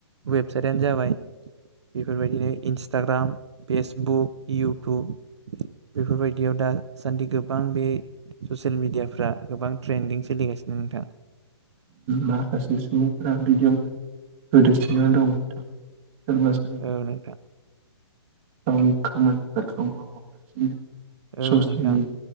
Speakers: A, on the right; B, on the right.
A: वेबसाइटआनो जाबाय बेफोर बायदिनो इन्सटाग्राम, फेसबुक, इउटुब बेफोर बायदियाव। दासान्दि गोबां बे ससियेल मिडियाफ्रा गोबां ट्रेनदिं सोलिगासिनो नोंथां।
B: माखासे सुबुंफ्रा बिदियावनो गोदोसोनानै दं। सोरबा सोरबा
A: औ नोंथां
B: गावनि खामानिफोरखौ मावासिनो।
A: औ नोंथां